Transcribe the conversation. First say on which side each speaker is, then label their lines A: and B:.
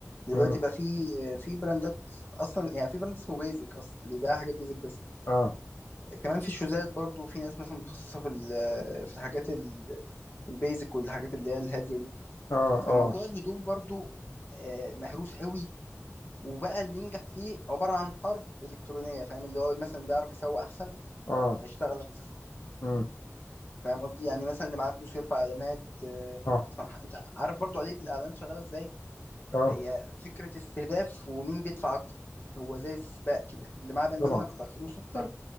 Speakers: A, on the left; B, on the left.
A: دلوقتي
B: مم.
A: بقى في في براندات اصلا يعني في براند اسمه بيزك اصلا بيبيع حاجات بيزك بس
B: اه
A: كمان في الشوزات برضو في ناس مثلا متخصصة في ال- في الحاجات ال- البيزك والحاجات اللي هي الهادية دي
B: اه
A: ف- فموضوع
B: اه
A: الهدوم برضو آه، مهروس قوي وبقى اللي ينجح فيه عبارة عن حرب إلكترونية فاهم اللي هو مثلا بيعرف يسوق أحسن
B: اه
A: هيشتغل أكتر
B: مم.
A: فاهم قصدي يعني مثلا اللي معاه فلوس يرفع إعلانات آه،
B: اه
A: صح أنت عارف برضو آلية الإعلانات شغالة إزاي
B: اه
A: هي فكرة استهداف ومين بيدفع أكتر هو زي السباق كده اللي معاه بنزين
B: طبعا
A: أكتر فلوس أكتر